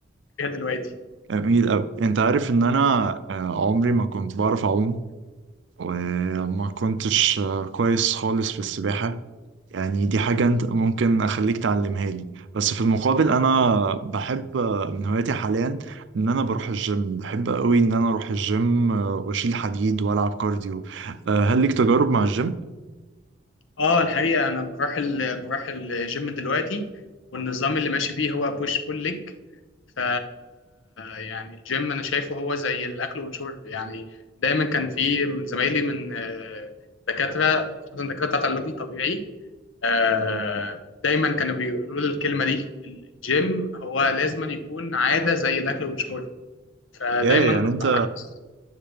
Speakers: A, on the left (about 75°); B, on the right (about 65°).
A: فيها دلوقتي
B: جميل أوي أنت عارف إن أنا آه، عمري ما كنت بعرف أعوم وما كنتش آه، كويس خالص في السباحة يعني دي حاجة أنت ممكن أخليك تعلمها لي بس في المقابل أنا بحب آه، من هواياتي حاليا إن أنا بروح الجيم بحب أوي إن أنا أروح الجيم آه، وأشيل حديد وألعب كارديو آه، هل ليك تجارب مع الجيم؟
A: اه الحقيقة أنا بروح ال... بروح الجيم دلوقتي والنظام اللي ماشي بيه هو بوش بول ليج ف يعني الجيم انا شايفه هو زي الاكل والشرب يعني دايما كان في من زمايلي من آه، دكاتره وخصوصا الدكاتره بتاعت العلاج الطبيعي آه، دايما كانوا بيقولوا لي الكلمه دي الجيم هو لازم يكون عاده زي الاكل والشرب فدايما
B: يا يعني
A: ببقى
B: أنت
A: حريص